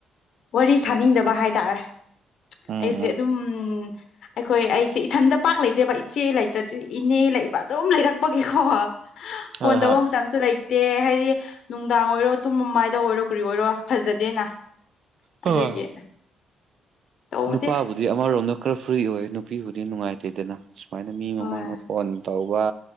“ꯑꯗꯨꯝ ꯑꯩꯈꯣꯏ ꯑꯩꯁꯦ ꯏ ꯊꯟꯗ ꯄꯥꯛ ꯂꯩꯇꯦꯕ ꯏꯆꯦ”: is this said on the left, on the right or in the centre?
Left